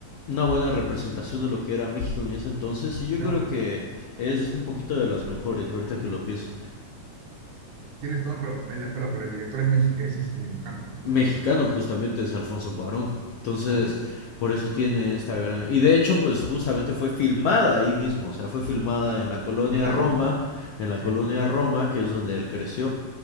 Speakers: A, on the left (about 70°); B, on the right (about 70°).
A: una buena representación de lo que era México en ese entonces y yo
B: Claro.
A: creo que es un poquito de las mejores ahorita que lo pienso.
B: Tienes todo, pero el, pero, pero el director es, mexi- es este, mexicano, pues, ¿no?
A: mexicano
B: Claro,
A: justamente es Alfonso Cuarón. Entonces,
B: claro,
A: por eso tiene esta gran... Y de hecho, pues justamente fue filmada ahí mismo, o sea, fue filmada
B: claro.
A: en la colonia
B: En la
A: Roma,
B: Roma,
A: en la
B: sí,
A: colonia Roma, que es donde él creció.